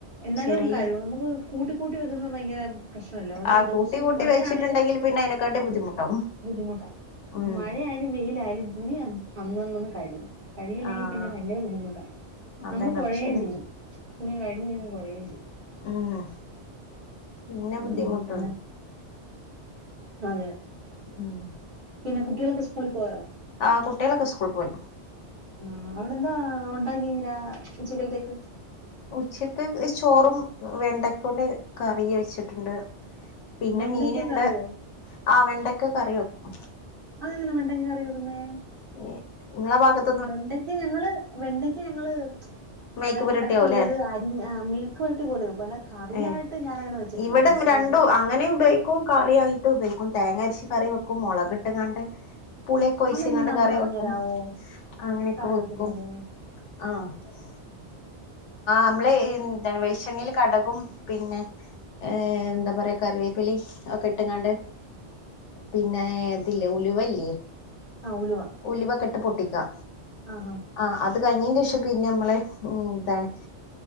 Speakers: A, on the right; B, on the left.
A: എന്നാലും
B: ശെരി
A: കഴിവും നമുക്ക് കൂട്ടി കൂട്ടി വെക്കുന്ന ഭയങ്കര പ്രശ്നല്ല അതൊണ്ട്
B: ആഹ്
A: ദേവ്സം
B: കൂട്ടി കൂട്ടി
A: മഴയാണെല്
B: വെച്ചിട്ടുണ്ടെങ്കിൽ പിന്നെ അയിനെക്കാട്ടി ബുദ്ധിമുട്ടാവും
A: ബുദ്ധിമുട്ടാ
B: ഉം
A: മഴയാലും മെയിലായാലും തുണിയ അന്നന്നൊന്നും കഴുകും കഴിയില്ലെങ്കിൽ
B: ആഹ്
A: പിന്നെ ഭയങ്കര ബുദ്ധിമുട്ടാ
B: അതന്നെ
A: നമ്മള് കൊഴേയും
B: അത് ശെരിയാ
A: ചെയ്യും തുണി കഴുകി കഴുകി കൊഴേയും ചെയ്യും
B: അഹ് പിന്നെ
A: ഉം
B: ബുദ്ധിമുട്ട
A: അങ്ങനെ അതെ
B: ഉം
A: പിന്നെ കുട്ടികളൊക്കെ സ്കൂളിൽ പോയോ
B: ആഹ് കുട്ടികളൊക്കെ സ്കൂളിൽ പോയി
A: ആഹ് അവിടെന്താ ഉണ്ടാക്കിരാ ഉച്ചികൽത്തേക്ക്
B: ഉച്ചക്ക് ചോറും വെണ്ടക്കൊണ്ട് കറിയൂ വെച്ചിട്ടുണ്ട് പിന്നെ
A: വെണ്ടയ്ക്ക
B: മീനുണ്ട്
A: കറിയോ
B: ആ വെണ്ടക്ക് കറി വെക്കും
A: അതെങ്ങനെ വെണ്ടെങ്ക കറിവെക്കുന്നേ
B: ഏഹ്ങ്ങളെ ഭാഗത്ത്
A: വെണ്ടക്ക ഞങ്ങള് വെണ്ടക്ക ഞങ്ങള്
B: മേക്ക്
A: അതായത്
B: പുരട്ടിയാവുംല്ലേ
A: കട്ട് ചെയ്ത് അരി ഞ് ആഹ് മെയ്ക്ക് വരട്ടി പോലെ വെക് അല്ല കറ
B: ഏ
A: ആയിട്ട് ഞാന അങ്ങനെ വെച്ചിട്ടില്ല
B: ഇവിടെ
A: എനിക്കങ്ങനെ
B: രണ്ടും
A: അറിയാ
B: അങ്ങനെ ഉപയോഗിക്കും കറി ആയിട്ട് ഉപയോഗിക്കും തേങ്ങ അരിച്ചി കറി വെക്കും മുളക് ഇട്ട്ങ്ങാണ്ട് പുളിയൊക്കെ ഒയിച്ങ്ങണ്ട്
A: അതെങ്ങനാന്ന്
B: കറി
A: പറഞ്ഞു
B: വെക്കും
A: തരാവോ
B: അങ്ങനെയൊക്കെ
A: കറി
B: വെക്കും
A: വെക്കുന്നത്
B: ആഹ്ആഹ് അമ്മള് എന്താണ് വെളിച്ചെണ്ണിൽ കട് കും പിന്നെ ഏ എന്താ പറയാ കറിവേപ്പിലി ഒക്കെ ഇട്ടുംങ്ങാണ്ട് പിന്നെ ഇതില്ലേ ഉലുവല്ലേ
A: ആഹ് ഉലുവ
B: ഉലിവക്കെട്ട് പൊട്ടിക്ക
A: ആഹഹ
B: ആ അത് കഴിഞ്ന്റെഷം പിന്നെ അമ്മളെ എന്താണ്